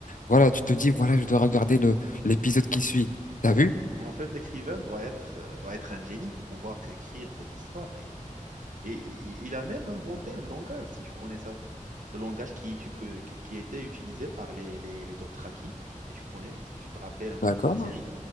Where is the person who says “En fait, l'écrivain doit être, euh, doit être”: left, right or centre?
Right